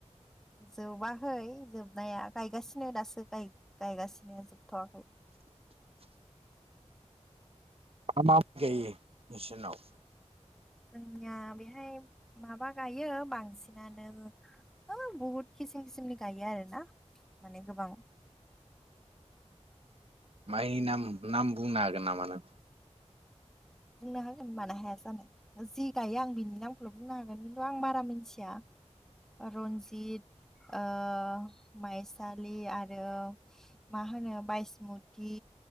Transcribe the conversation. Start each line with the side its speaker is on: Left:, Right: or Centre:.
Centre: जोबाखै जोबनाया गायगासिनो दासो गायगासिनो जोबथ'वाखै।
Right: <unintelligible> मा गायो निनाव?
Centre: जोंनिया बेहाय माबा गायो बांसिनानो हो बहुद खिसिम किसिमनि गायो आरो ना माने गोबां ।
Right: माइनि नाम नाम बुंनो हागोन नामा नों?
Centre: बुंनो हागोन मानो हाया जानाय जि गायो आं बिनि नामखौल' बुंनो हागोन खिन्थु आं बारा मिथिया रनजित, ओ माइसालि आरो मा होनो बायसमुति